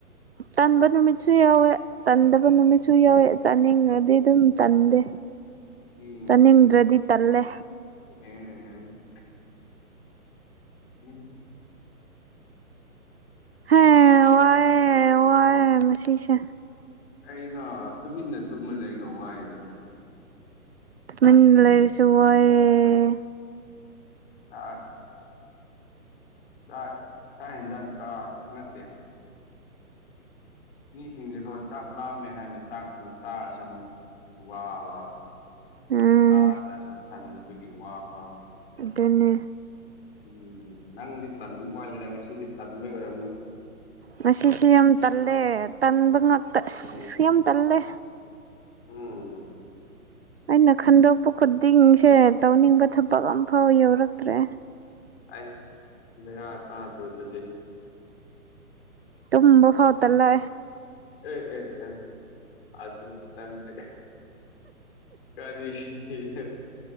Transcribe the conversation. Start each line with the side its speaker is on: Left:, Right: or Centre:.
Right: ꯇꯟꯕ ꯅꯨꯃꯤꯠꯁꯨ ꯌꯥꯎꯋꯦ ꯇꯟꯗꯕ ꯅꯨꯃꯤꯠꯁꯨ ꯌꯥꯎꯋꯦ ꯆꯥꯅꯤꯡꯉꯗꯤ ꯑꯗꯨꯝ ꯇꯟꯗꯦ
Left: ꯎꯝ
Right: ꯆꯥꯅꯤꯡꯗ꯭ꯔꯗꯤ ꯇꯜꯂꯦ
Left: ꯑꯦ꯫ ꯎꯝ꯫
Right: ꯍꯦ ꯋꯥꯏꯌꯦ ꯋꯥꯏꯌꯦ ꯉꯥꯁꯤꯁꯦ
Left: ꯀꯩꯅꯣ ꯇꯨꯃꯤꯟꯅ ꯇꯨꯝꯃꯥ ꯂꯩꯔꯥ ꯋꯥꯏꯗꯣ
Right: ꯇꯨꯃꯤꯟ
Left: ꯑꯩ
Right: ꯂꯩꯔꯁꯨ ꯋꯥꯌꯦ
Left: ꯆꯥꯛ ꯆꯥꯛ ꯆꯥꯛ ꯍꯦꯟꯖꯥꯡ ꯆꯥ ꯅꯠꯇꯦ ꯃꯤꯁꯤꯡꯖꯦꯀꯣ ꯆꯥꯛ ꯂꯥꯝꯃꯦ ꯍꯥꯢꯅ ꯆꯥꯛ ꯆꯥꯔꯁꯨ ꯃꯨꯛ ꯋꯥꯕ
Right: ꯎꯝ
Left: ꯆꯥꯗ꯭ꯔꯁꯨ ꯊꯟꯗꯕꯒꯤ ꯋꯥꯕ
Right: ꯑꯗꯨꯅꯤ꯫
Left: ꯎꯝ ꯅꯪꯗꯤ ꯇꯟꯕ ꯃꯥꯜꯂꯗ ꯉꯁꯤꯗꯤ ꯇꯟꯕꯩ ꯑꯣꯏꯔꯝꯃꯨ
Right: ꯉꯁꯤꯁꯤ ꯌꯥꯝ ꯇꯜꯂꯦ ꯇꯟꯕ ꯉꯥꯛꯇ
Left: ꯎꯝ
Right: ꯑꯁ ꯌꯥꯝ ꯇꯜꯂꯦ꯫
Left: ꯎꯝ
Right: ꯑꯩꯅ ꯈꯟꯗꯣꯛꯄ ꯈꯨꯗꯤꯡꯁꯦ ꯇꯧꯅꯤꯡꯕ ꯊꯕꯛ ꯑꯝꯐꯥꯎ ꯌꯧꯔꯛꯇ꯭ꯔꯦ
Left: ꯑꯩꯁ ꯕꯦꯔ ꯀꯥꯗꯔꯣ ꯑꯗꯨꯗꯤ꯫
Right: ꯇꯕ ꯐꯥꯎꯇꯂ
Left: ꯑꯦ ꯑꯦ ꯑꯦ ꯑꯦ ꯑꯗꯨꯗꯤ ꯅꯪꯖꯨ ꯀꯔꯤꯒꯤꯅꯣ